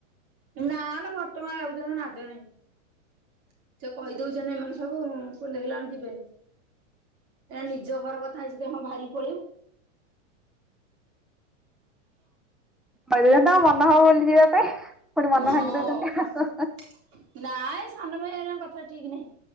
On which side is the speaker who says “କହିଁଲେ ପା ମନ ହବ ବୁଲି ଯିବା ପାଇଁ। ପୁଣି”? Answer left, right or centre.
Centre